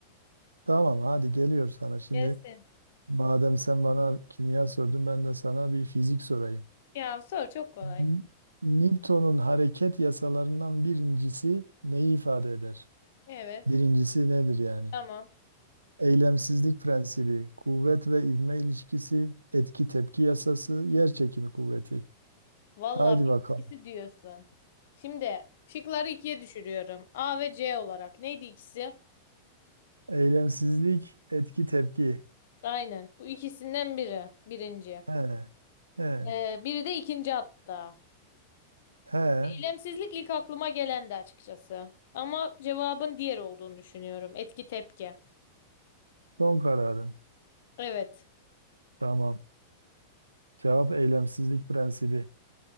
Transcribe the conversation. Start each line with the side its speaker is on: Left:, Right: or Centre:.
Right: Tamam hadi geliyor sana. Şimdi
Left: Gelsin.
Right: madem sen bana kimya sordun ben de sana bir fizik sorayım.
Left: Ya sor çok kolay.
Right: N- Newton'un hareket yasalarından birincisi neyi ifade eder?
Left: Evet.
Right: Birincisi nedir yani?
Left: Tamam.
Right: Eylemsizlik prensibi, kuvvet ve ivme ilişkisi, etki tepki yasası, yer çekimi kuvveti.
Left: Valla
Right: Haydi bakalım.
Left: ikisi diyorsun. Şimdi şıkları ikiye düşürüyorum. A ve C olarak. Neydi ikisi?
Right: Eylemsizlik, etki tepki.
Left: Aynen. Bu ikisinden biri. Birinci.
Right: He, he,
Left: Ee, biri de ikinci hatta.
Right: he.
Left: Eylemsizlik ilk aklıma gelendi açıkçası. Ama cevabın diğer olduğunu düşünüyorum. Etki tepki.
Right: Son kararın.
Left: Evet.
Right: Tamam. Cevap eylemsizlik prensibi.